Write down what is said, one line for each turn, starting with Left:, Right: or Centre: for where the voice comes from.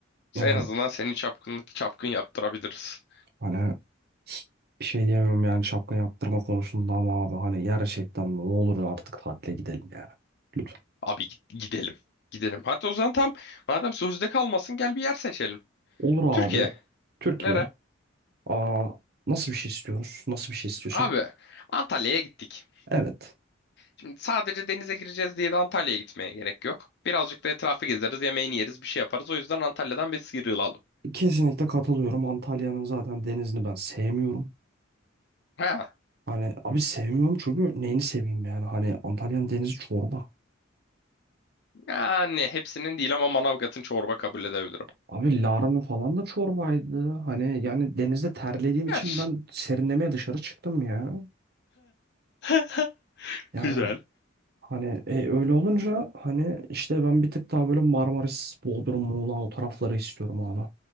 Right: Yani
Left: En azından seni çapkınlık çapkın yaptırabiliriz.
Right: hani bir şey diyemem yani şapka yaptırma konusunda ama abi hani gerçekten ne olur artık tatile gidelim yani. Lütfen.
Left: Abi git- gidelim. Gidelim. Hatta o zaman tam madem sözde kalmasın gel bir yer seçelim.
Right: Olur abi.
Left: Türkiye.
Right: Türkiye.
Left: Nere?
Right: Aa, nasıl bir şey istiyoruz? Nasıl bir şey istiyorsun?
Left: Abi Antalya'ya gittik.
Right: Evet.
Left: Şimdi sadece denize gireceğiz diye de Antalya'ya gitmeye gerek yok. Birazcık da etrafı gezeriz, yemeğini yeriz, bir şey yaparız. O yüzden Antalya'dan bir sıyrılalım.
Right: Kesinlikle katılıyorum. Antalya'nın zaten denizini ben sevmiyorum.
Left: Ha,
Right: Hani abi sevmiyorum çünkü neyini seveyim yani. Hani Antalya'nın denizi çorba.
Left: yani hepsinin değil ama Manavgat'ın çorba kabul edebilirim.
Right: Abi Lara'nın falan da çorbaydı. Hani yani denizde terlediğim için
Left: Her.
Right: ben serinlemeye dışarı çıktım ya.
Left: <laughs>
Right: Yani
Left: Güzel.
Right: hani e, öyle olunca hani işte ben bir tık daha böyle Marmaris, Bodrum, Muğla o tarafları istiyorum abi.